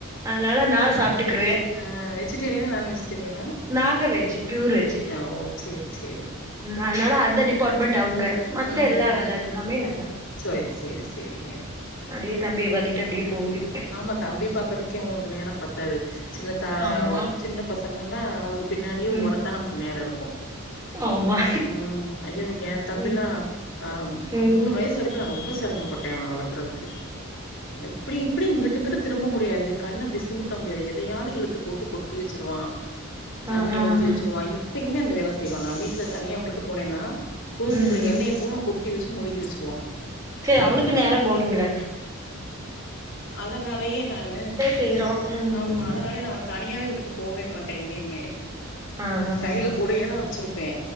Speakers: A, on the right; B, on the left.
A: அதனால நா சாப்ட்டுகுருவே
B: ஆ வெஜிடேரியனா நான் வெஜ்ஜிடேரியனா
A: நாங்க வெஜ்ஜு பியூர் வெஜ்ஜு
B: ஓ செரி செரி
A: அதனால அந்த டிபார்ட்மெண்டட் அவங்க மத்த
B: ம்
A: எல்லா
B: ம்
A: வேலைலாமே நம்ப
B: சேரி சேரி செரிங்க
A: அப்டியே தம்பிய பாத்துட்டு அப்டியே போகுது
B: ஆமா தம்பி பாக்கறதுகே உங்ளுக்கு நேரம் பத்தாது சின்ன தா
A: ஆமா
B: சின்ன பசங்கன்னா அங்க பின்னாடியே
A: ம்
B: ஓடத்தா நமக்கு நேர இருக்கு
A: ஆமா
B: உம் ஐயோ எ தம்பில்லா
A: ம்
B: ஆ
A: ம்
B: மூணு வய்ஸ் சு வரைக்கு நா ரொம்ப சிரமப்பட்டே இவன வளரக்கறதுக்கு எப்டி அப்டி இங்கிட்டு இங்கிட்டு திரும்ப முடியாது கண்ணு அப்டி சிமிட்ட முடியாது எதையாவது இழுத்து போட்டு கொட்டி வெச்சுருவா தண்ணிய
A: ஆ ஆ
B: ஊத்தி
A: ஆ
B: வெச்சுடுவா இப்பயுமேந்த வேலை செய்வா நா வீட்ல தனியா விட்டுட்டு போனேன்னா ரூமுக்குள்ள
A: ம்
B: எண்ணெய பூரா கொட்டி வெச்சு மொழுகி வெச்சருவா
A: செரி அவனுக்கு நேரம் போனும்ல
B: அதனாலேயே நானு
A: செய்றோ ம்
B: ஆமா
A: ம்
B: அதனாலயே நானு அவன தனியாவே விட்டுட்டு போவே மாட் டே எங்கயுமே
A: ஆ ஆ
B: கையில
A: ஆ
B: கூடேயேதா வெச்சிருப்பே